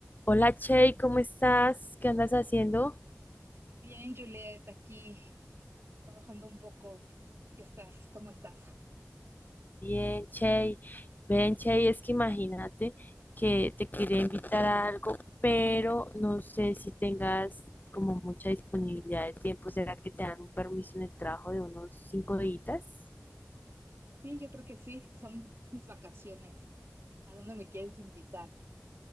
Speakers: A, on the left; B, on the right.
A: Hola Chey, ¿cómo estás? ¿Qué andas haciendo?
B: Bien, Juliet, aquí trabajando un poco. ¿Tú qué estás? ¿Cómo estás?
A: Bien, Chey, Ven, Chey, es que imagínate que te quería invitar a algo, pero no sé si tengas como mucha disponibilidad de tiempo. ¿Será que te dan un permiso en el trabajo de unos cinco días?
B: Sí, yo creo que sí. Son mis vacaciones. ¿A dónde me quieres invitar?